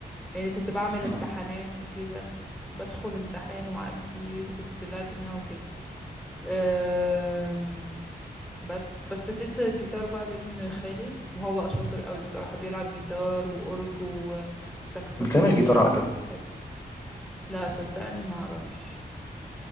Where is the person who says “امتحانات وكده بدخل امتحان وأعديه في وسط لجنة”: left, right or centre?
Centre